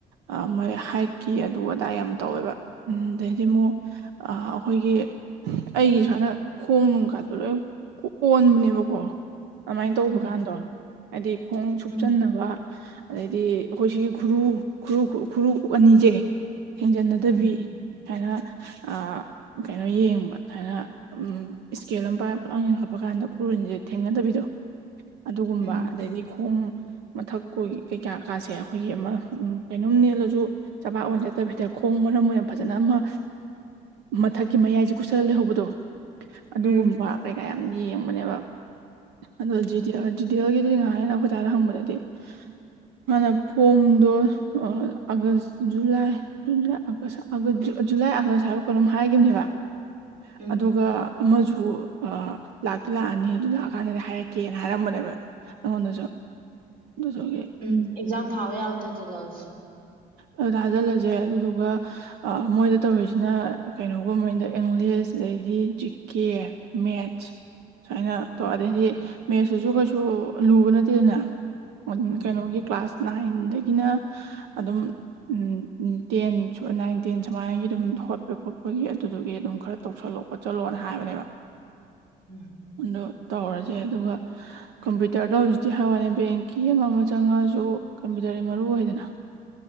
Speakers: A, on the right; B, on the right.
A: ꯑ ꯃ ꯍꯥꯏꯠꯀꯤ ꯑꯗꯨ ꯑꯗꯥꯏ ꯌꯥꯝ ꯇꯧꯋꯦꯕ ꯑꯗꯩꯗꯤ ꯑꯃꯨꯛ ꯑꯩꯈꯣꯏꯒꯤ ꯑꯩꯒꯤ ꯁꯨꯃꯥꯏꯅ ꯈꯣꯡ ꯅꯨꯡ ꯀꯥꯗꯣ ꯂꯣꯏ ꯑꯣꯟꯕꯅꯦꯕꯀꯣ ꯑꯗꯨꯃꯥꯏꯅ ꯇꯧꯕ
B: ꯎꯝ
A: ꯀꯥꯟꯗꯣ ꯍꯥꯏꯗꯤ ꯈꯣꯡ ꯁꯨꯞꯆꯟꯅꯕ
B: ꯎꯝ ꯎꯝ
A: ꯑꯗꯩꯗꯤ ꯑꯩꯈꯣꯏ ꯁꯤꯒꯤ ꯈꯨꯔꯨ ꯈꯨꯨ ꯈꯨꯔꯨ ꯑꯅꯤꯁꯦ ꯊꯦꯡꯖꯤꯟꯅꯗꯕꯤ
B: ꯎꯝ
A: ꯍꯥꯏꯅ ꯑ ꯀꯩꯅꯣ ꯌꯦꯡꯕ ꯁꯨꯃꯥꯏꯅ ꯏꯁꯀꯦꯜ ꯑꯃ ꯄꯂꯥꯡ ꯌꯦꯡꯈꯠꯄ ꯀꯥꯟꯗ ꯈꯨꯔꯟꯁꯦ ꯊꯦꯡꯅꯗꯕꯤꯗꯣ ꯑꯗꯨꯒꯨꯝꯕ
B: ꯎꯝ
A: ꯑꯗꯩꯗꯤ ꯈꯣꯡ ꯃꯊꯛ ꯀꯨ ꯀꯩꯀꯥꯀꯥꯁꯦ ꯑꯩꯈꯣꯏꯒꯤ ꯑꯃ ꯎ ꯀꯩꯅꯣꯝ ꯅꯦꯜꯂꯁꯨ ꯆꯕꯥꯛ ꯑꯣꯏꯅ ꯆꯠꯇꯕꯤꯗ ꯈꯣꯡ ꯃꯔꯝ ꯑꯣꯏ ꯐꯖꯅ ꯑꯃ ꯃꯊꯛꯀꯤ ꯃꯌꯥꯏꯁꯦ ꯀꯨꯁꯜꯂ ꯂꯩꯍꯧꯕꯗꯣ ꯑꯗꯨꯒꯨꯝꯕ
B: ꯎꯝ
A: ꯀꯩꯀꯥ ꯌꯦꯡꯕꯅꯦꯕ ꯑꯗꯣ ꯖꯤꯗꯤ ꯖꯤꯗꯤꯜꯒꯤꯗꯨ ꯉꯥꯏꯅ ꯑꯩꯈꯣꯏꯇꯥꯔ ꯍꯪꯕꯗꯗꯤ <inaudible> ꯍꯥꯟꯅ ꯐꯣꯝꯗꯣ ꯑꯥꯒꯁ ꯖꯨꯂꯥꯏꯖꯨꯟ ꯖꯨꯂꯥꯏ ꯑꯒꯁ ꯑ ꯖꯨꯂꯥꯏ ꯑꯥꯒꯁ ꯍꯥꯏꯔꯛꯀ ꯑꯗꯨꯝ ꯍꯥꯏꯈꯤꯕꯅꯦꯕ
B: ꯎꯝ
A: ꯑꯗꯨꯒ ꯑꯃꯁꯨ ꯂꯥꯛꯇꯤ ꯂꯥꯛꯑꯅꯤ ꯑꯗꯨ ꯂꯥꯛꯑꯀꯥꯟꯗꯗꯤ ꯍꯥꯏꯔꯛꯀꯦꯅ ꯍꯥꯏꯔꯝꯕꯅꯦꯕ ꯑꯩꯉꯣꯟꯗꯁꯨ ꯑꯗꯨꯗꯨꯒꯤ
B: ꯎꯝ ꯑꯦꯛꯖꯝ ꯊꯥꯎꯦ ꯑ ꯊ ꯆꯦꯂꯥꯎꯁ
A: ꯑ ꯑꯗꯨꯗ ꯊꯥꯖꯤꯜꯂꯁꯦ ꯑꯗꯨꯗꯨꯒ ꯃꯣꯏꯗ ꯇꯧꯔꯤꯁꯤꯅ ꯀꯩꯅꯣꯒꯨꯝ ꯃꯦꯟꯗ ꯏꯪꯂꯤꯁ ꯑꯗꯩ ꯗꯤ ꯖꯤꯀꯦ ꯃꯦꯠꯆ ꯁꯨꯃꯥꯏꯅ
B: ꯎꯝ
A: ꯇꯧꯔ ꯑꯗꯩꯗꯤ ꯃꯦꯁꯇꯨꯁꯨ ꯀꯩꯁꯨ ꯂꯨꯕ ꯅꯠꯇꯦꯗꯅ
B: ꯎꯝ
A: ꯀꯩꯅꯣꯒꯤ ꯀ꯭ꯂꯥꯁ ꯅꯥꯏꯟꯗꯒꯤꯅ ꯑꯗꯨꯝ ꯎ ꯇꯦꯟ ꯅꯥꯏꯟ ꯇꯦꯟ ꯁꯨꯃꯥꯏꯅꯒꯤ ꯑꯗꯨꯝ ꯍꯧꯒꯠꯄꯒꯤ ꯈꯣꯠꯄꯒꯤ ꯑꯗꯨꯗꯨꯒꯤ ꯑꯗꯨꯝ ꯈꯔ ꯇꯧꯁꯜꯂꯛꯦ ꯂ ꯈꯠ ꯆꯣꯠꯂꯣꯅ ꯍꯥꯏꯕꯅꯦꯕ
B: ꯎꯝ
A: ꯑ ꯇꯧꯔꯁꯦ ꯑꯗꯨꯒ ꯀꯝꯄ꯭ꯌꯨꯇꯔꯗꯣ ꯍꯧꯖꯤꯛꯇꯤ ꯍꯋꯥꯅꯤ ꯕꯦꯡꯀꯤ ꯑꯃ ꯑꯃ ꯆꯪꯉꯛꯑꯁꯨꯝ ꯐꯖꯔꯤ ꯃꯔꯨ ꯑꯣꯏꯗꯅ